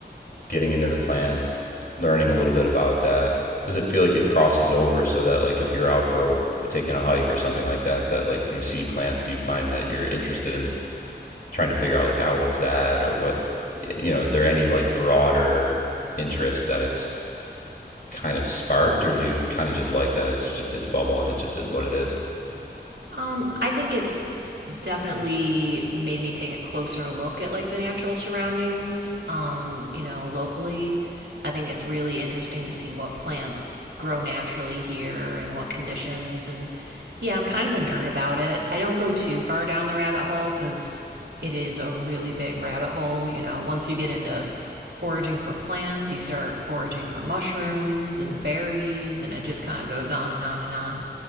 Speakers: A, on the left (about 60°); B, on the right (about 80°).
A: getting into the plants, learning a little bit about that? Does it feel like it crosses over so that like if you're out for taking a hike or something like that, that like if you see plants, do you find that you're interested in trying to figure out like, oh, what's that or what, you know, is there any like broader interest that it's kind of sparked or do you kind of just like that it's just its bubble and it just is what it is?
B: Um, I think it's definitely made me take a closer look at like the natural surroundings um you know locally i think it's really interesting to see what plants grow naturally here and what conditions and yeah i'm kind of a nerd about it i don't go too far down the rabbit hole because it is a really big rabbit hole you know once you get into foraging for plants you start foraging for mushrooms and berries and it just kind of goes on and on and on